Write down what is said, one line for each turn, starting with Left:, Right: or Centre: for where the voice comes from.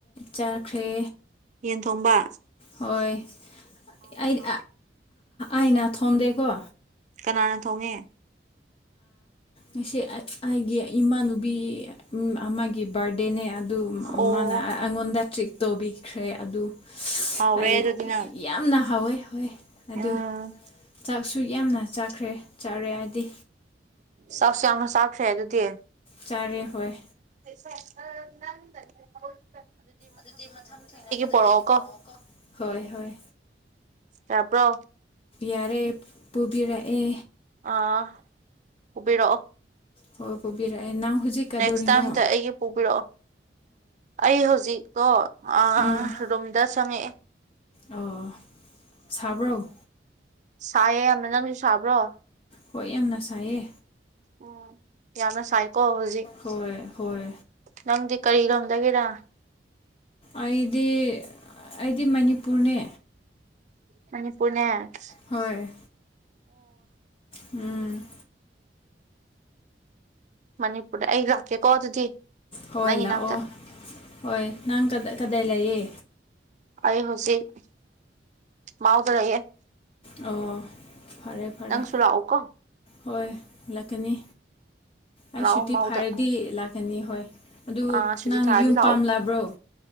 Left: ꯆꯥꯈ꯭ꯔꯦ
Right: ꯌꯦꯟ ꯊꯣꯝꯕ
Left: ꯍꯣꯏ ꯑꯩꯗꯤ ꯑꯩꯅ ꯊꯣꯝꯗꯦꯀꯣ
Right: ꯀꯅꯥꯅ ꯊꯣꯡꯉꯦ
Left: ꯉꯁꯤ ꯑꯩꯒꯤ ꯏꯃꯥꯅꯨꯕꯤ ꯑꯃꯒꯤ ꯕꯥꯔꯗꯦꯅꯦ ꯑꯗꯨ
Right: ꯑꯣ
Left: ꯃꯥꯅ ꯑꯩꯉꯣꯟꯗ ꯇ꯭ꯔꯤꯠ ꯇꯧꯕꯤꯈ꯭ꯔꯦ ꯑꯗꯨ
Right: ꯍꯥꯎꯔꯦ
Left: ꯑꯩ
Right: ꯑꯗꯨꯗꯤ ꯅꯪ
Left: ꯌꯥꯝꯅ ꯍꯥꯎꯋꯦ ꯍꯋꯦ ꯑꯗꯨ
Right: ꯎꯝ
Left: ꯆꯥꯛ ꯑꯁꯨꯛ ꯌꯥꯝꯅ ꯆꯥꯈ꯭ꯔꯦ ꯆꯥꯔꯦ ꯍꯥꯏꯗꯤ
Right: ꯆꯥꯛꯁꯨ ꯌꯥꯝꯅ ꯆꯥꯛꯈ꯭ꯔꯦ ꯑꯗꯨꯗꯤ
Left: ꯆꯥꯔꯦ ꯍꯣꯏ
Right: ꯁꯨ ꯑꯗꯥ
Left: ꯑꯗꯨꯗꯤ ꯃꯊꯪ ꯊꯦꯡꯅꯕꯗ
Right: ꯄꯣꯔꯛꯑꯣꯀꯣ
Left: ꯑꯩꯒꯤ ꯄꯔꯛꯑꯣ ꯀꯣ ꯍꯣꯏ ꯍꯣꯏ
Right: ꯌꯥꯕ꯭ꯔꯣ
Left: ꯌꯥꯔꯦ ꯄꯨꯕꯤꯔꯛꯑꯦ
Right: ꯑꯥ ꯄꯨꯕꯤꯔꯛꯑꯣ
Left: ꯍꯣꯏ ꯄꯨꯕꯤꯔꯛꯑꯦ ꯅꯪ ꯍꯧꯖꯤꯛ ꯀꯩꯗꯣꯔꯤꯅꯣ
Right: ꯅꯦꯛꯁ ꯇꯥꯏꯝꯗ ꯑꯩꯒꯤ ꯄꯨꯕꯤꯔꯛꯑꯣ ꯑꯩ ꯍꯧꯖꯤꯛꯇꯣ ꯑꯥ
Left: ꯎꯝ
Right: ꯔꯨꯝꯗ ꯆꯪꯉꯛꯑꯦ
Left: ꯑꯣ ꯁꯥꯕ꯭ꯔꯣ
Right: ꯁꯥꯏꯌꯦ ꯌꯥꯝꯅ ꯅꯪꯁꯨ ꯁꯥꯕ꯭ꯔꯣ
Left: ꯍꯣꯏ ꯌꯥꯝꯅ ꯁꯥꯏꯌꯦ
Right: ꯎꯝ ꯌꯥꯝꯅ ꯁꯥꯏꯀꯣ ꯍꯧꯖꯤꯛ
Left: ꯍꯣꯏ ꯍꯣꯏ
Right: ꯅꯪꯗꯤ ꯀꯔꯤ ꯂꯝꯗꯒꯤꯔꯥ
Left: ꯑꯩꯗꯤ ꯑꯩꯗꯤ ꯃꯅꯤꯄꯨꯔꯅꯦ
Right: ꯃꯅꯤꯄꯨꯔꯅ‌ꯦ
Left: ꯍꯣꯏ ꯎꯝ
Right: ꯃꯅꯤꯄꯨꯔꯗ ꯑꯩ ꯂꯥꯛꯀꯦꯀꯣ ꯑꯗꯨꯗꯤ
Left: ꯍꯣꯏ
Right: ꯅꯪꯒꯤ
Left: ꯂꯥꯛꯑꯣ
Right: ꯅꯥꯛꯇ
Left: ꯍꯣꯏ ꯅꯪ ꯀꯗꯥꯏ ꯀꯗꯥꯏ ꯂꯩꯌꯦ
Right: ꯑꯩ ꯍꯧꯖꯤꯛ ꯃꯥꯎꯗ ꯂ‌ꯩꯌ‌ꯦ
Left: ꯑꯣ ꯐꯔꯦ ꯐꯔꯦ
Right: ꯅꯪꯁꯨ ꯂꯥꯛꯎꯀꯣ
Left: ꯍꯣꯏ ꯂꯥꯛꯀꯅꯤ ꯑꯩ
Right: ꯂꯥꯛꯑꯣ
Left: ꯁꯨꯇꯤ
Right: ꯃꯥꯎꯗ
Left: ꯐꯥꯔꯗꯤ ꯂꯥꯛꯀꯅꯤ ꯍꯣꯏ ꯑꯗꯨ
Right: ꯑꯥ ꯁꯨꯇꯤ
Left: ꯅꯪ
Right: ꯊꯥꯔꯗꯤ
Left: ꯌꯨꯝ
Right: ꯂꯥꯛꯑꯣ
Left: ꯄꯥꯝꯂꯕ꯭ꯔꯣ